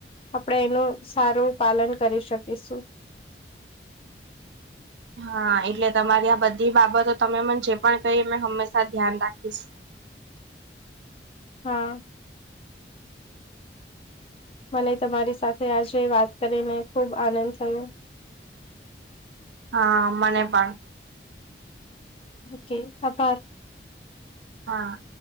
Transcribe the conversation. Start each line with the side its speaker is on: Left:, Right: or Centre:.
Left: આપણે એનું સારું પાલન કરી શકીશું.
Right: હા એટલે તમારી આ બધી બાબતો તમે મને જે પણ કહી હંમેશા ધ્યાન રાખીશ
Left: હા. મને તમારી સાથે આજે વાત કરીને ખુબ આનંદ થયો.
Right: હા મને પણ
Left: કેવું પ્રકાર
Right: હા.